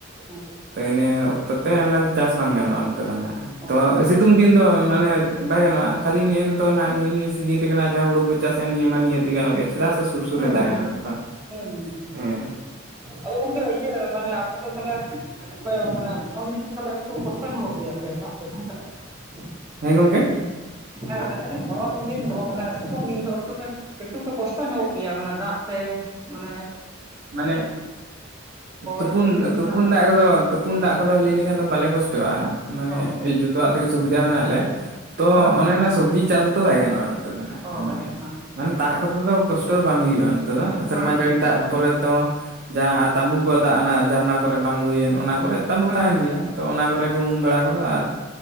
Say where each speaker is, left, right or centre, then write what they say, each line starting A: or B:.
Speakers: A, on the right; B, on the right.
A: ᱦᱮᱸ
B: ᱛᱚ ᱤᱱᱟᱹ ᱚᱠᱛᱚ ᱛᱮ ᱚᱱᱟ ᱫᱚ ᱪᱟᱥ ᱵᱟᱝ ᱜᱟᱱᱚᱜ-ᱟ ᱱᱚᱛᱮ ᱫᱚ ᱱᱟᱜ ᱛᱚ
A: ᱦᱩᱸ
B: ᱥᱤᱛ ᱥᱤᱛᱩᱝ ᱫᱤᱱ ᱫᱚ ᱢᱟᱱᱮ ᱵᱟᱭᱟᱱᱚᱜ-ᱟ ᱠᱷᱟᱹᱞᱤ ᱱᱮᱜ ᱱᱤᱛᱚᱜ ᱱᱟᱜ ᱱᱤᱭᱟᱹ ᱱᱤᱭᱟᱹ ᱥᱤᱡᱤᱱ ᱨᱮᱜᱮ ᱡᱟᱦᱟᱸ ᱦᱩᱲᱩ ᱵᱚᱪ ᱪᱟᱥ ᱥᱮ ᱱᱤᱭᱟᱹ ᱢᱟ ᱱᱤᱭᱟᱹᱮ ᱜᱟᱱᱚᱜ ᱜᱮ ᱪᱮᱫᱟᱜ ᱥᱮ ᱥᱩᱨ ᱥᱩᱨ
A: ᱦᱩᱸ
B: ᱨᱮ ᱫᱟᱜᱟ
A: ᱦᱩᱸ
B: ᱱᱚᱛᱮ ᱫᱚ
A: ᱦᱩᱸ ᱦᱩᱸ
B: ᱦᱮᱸ
A: ᱟᱫᱚ ᱜᱚᱝᱠᱮ ᱤᱭᱟᱹ ᱢᱟᱱᱮ ᱟᱯᱮ ᱫᱚ ᱛᱟᱦᱚᱞᱮ ᱠᱷ ᱢᱟᱱᱮ ᱫᱷᱚᱨᱚᱢ ᱫᱤᱱ ᱫᱚ ᱥᱟᱜ ᱮᱠᱴᱩ ᱠᱚᱥᱴᱚ ᱧᱚᱜ ᱜᱮᱭᱟ ᱯᱮ ᱫᱟᱜ ᱛᱮᱫᱚ ᱦᱮᱸᱥᱟᱞᱟᱜ, <inaudible>
B: ᱦᱮᱸ ᱜᱚᱝᱠᱮ,
A: ᱦᱮᱸ ᱢᱮᱱᱫᱟᱞᱤᱧ ᱫᱷᱚᱨᱚᱱ ᱫᱤᱱ ᱫᱚ ᱢᱟᱱᱮ ᱥᱤᱛᱩᱝ ᱫᱤᱱ ᱫᱚ ᱮᱠᱴᱩ ᱮᱠᱴᱩ ᱯᱮ ᱠᱚᱥᱴᱚ ᱧᱚᱜᱚᱜᱼᱼ ᱜᱮᱭᱟ ᱢᱟᱱᱮ ᱫᱟᱜ ᱛᱮ ᱢᱟᱱᱮᱼᱼ
B: ᱢᱟᱱᱮ ᱛᱩᱯᱩᱱ
A: ᱮᱢᱱᱤ ᱧᱩ
B: ᱛᱩᱯᱩᱱ
A: ᱨᱮᱱᱟᱜ
B: ᱫᱟᱜ
A: ᱠᱚ
B: ᱠᱚᱫᱚ
A: ᱦᱮᱸ
B: ᱛᱩᱯᱩᱱ ᱫᱟᱜ ᱠᱚᱫᱚ ᱞᱟᱹᱭ ᱞᱮᱠᱷᱟᱱ ᱫᱚ ᱵᱟᱞᱮ ᱠᱚᱥᱼᱼ ᱴᱚᱜᱼᱟ ᱢᱟᱱᱮ
A: ᱚ
B: ᱡᱩᱛᱼᱼ ᱛᱚᱣᱟᱜ ᱛᱮᱜᱮ ᱥᱩᱵᱤᱫᱟ ᱢᱮᱱᱟᱜ ᱞᱮᱭᱟ ᱛᱚ
A: ᱦᱮᱸ
B: ᱚᱱᱮ ᱚᱱᱟ ᱥᱚᱵᱽᱡᱤ ᱪᱟᱥ ᱫᱚ ᱵᱟᱭ ᱜᱟᱱᱚᱜᱼᱟ᱾ ᱱᱚᱛᱮ ᱫᱚ ᱱᱟᱜ ᱠᱷᱚᱱ
A: ᱚ
B: ᱢᱟᱱᱮ
A: ᱦᱮᱸ ᱛᱚ
B: ᱢᱟᱱᱮ ᱫᱟᱜ ᱠᱚᱛᱮ ᱫᱚ ᱠᱚᱥᱴᱚ ᱫᱚ ᱵᱟᱝ ᱦᱩᱭᱩᱜᱼᱟ ᱱᱚᱛᱮ ᱫᱚ ᱥᱮᱨᱢᱟ
A: ᱦᱮᱸ
B: ᱡᱟᱹᱲᱤ
A: ᱦᱮᱸ
B: ᱫᱟᱜ ᱯᱚᱨᱮ᱾ ᱛᱚ ᱡᱟᱦᱟᱸ ᱛᱟᱸᱵᱩ ᱠᱚᱣᱟᱜ ᱫᱟᱜ ᱚᱱᱟ ᱡᱷᱟᱨᱱᱟ ᱠᱚᱨᱮ ᱵᱟᱝ ᱦᱩᱭᱮᱱ ᱚᱱᱟ ᱠᱚᱨᱮᱼᱼ ᱛᱟᱢᱵᱩ
A: ᱦᱮᱸ
B: ᱛᱟᱦᱮᱱ
A: ᱦᱮᱸ ᱦᱮᱸ ᱦᱮᱸ
B: ᱜᱮᱭᱟ ᱛᱚ ᱚᱱᱟ ᱠᱚᱨᱮ ᱜᱮ ᱩᱢ ᱵᱟᱲᱟ ᱠᱚᱫᱚ ᱟᱨ